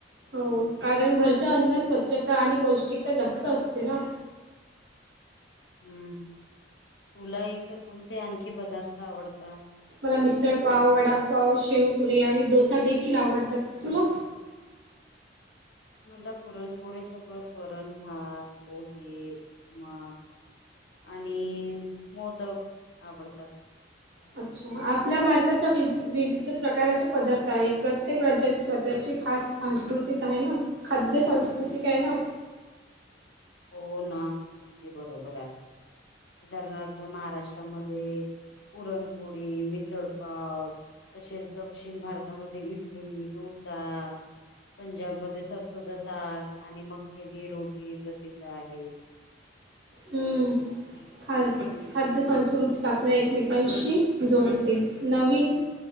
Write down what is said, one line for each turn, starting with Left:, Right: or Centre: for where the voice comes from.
Right: हो कारण घरच्या अन्न स्वच्छता आणि पौष्टिकता जास्त असतेना
Left: हम्म तुला इतर कोणते आणखी पदार्थ आवडतात
Right: मला मिसळ पाव, वडापाव, शेवपुरी आणि डोसा देखील आवडतात. तुला?
Left: मला पुरणपोळी सोबत वरण भात, पोहे, उपमा आणि मोदक आवडतात.
Right: अच्छा आपल्या भारताच्या विविध प्रकारचे पदार्थ आहेत, प्रत्येक राज्यात स्वतःची खास संस्कृतीत आहे ना, खाद्य सांस्कृतिक आहे ना.
Left: हो ना, अगदी बरोबर आहे उदाहरणार्थ महाराष्ट्रामध्ये पुरणपोळी, मिसळपाव तसेच दक्षिण भारतामध्ये इडली, डोसा पंजाबमध्ये सरसोदा साग आणि मक्केदी रोटी प्रसिद्ध आहे
Right: हम्म. खा खाद्य संस्कृती आपल्या एकमेकांशी जोडते, नवीन